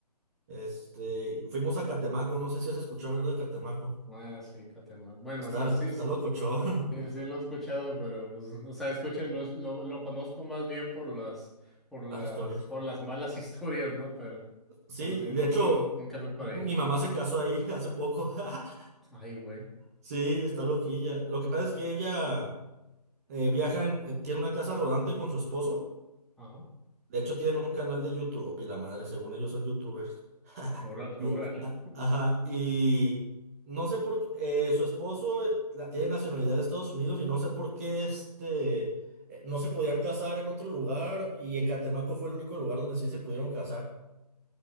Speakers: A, on the right; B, in the centre.
A: Este, fuimos a Catemaco, no sé si has escuchado hablar de Catemaco.
B: Ah, sí, Catemaco. Bueno,
A: Está,
B: o sea, sí,
A: está
B: sí.
A: locochón
B: Sí, sí lo he escuchado, pero pues, <laughs> o sea, escuché, lo, lo, lo conozco más bien por las, por las,
A: <laughs> las historias.
B: por las malas <laughs> historias, ¿no? Pero,
A: Sí,
B: pero sí,
A: y de
B: no,
A: hecho,
B: no, no, nunca fui para
A: mi mi
B: allá.
A: mamá se casó ahí <laughs> hace poco. <laughs>
B: Ay, güey.
A: Sí, está loquilla. Lo que pasa es que ella... Eh, viajan, eh, tiene una casa rodante con su esposo.
B: Ajá.
A: De hecho, tienen un canal de YouTube. O pila madre, según ellos son youtubers.
B: Ora-
A: Y,
B: <laughs> Órale.
A: a- ajá, y no sé por qué. eh, su esposo eh, la- tiene nacionalidad de Estados Unidos y no sé por qué este, eh, no se podían casar en otro lugar. Y en Catemaco fue el único lugar donde sí se pudieron casar.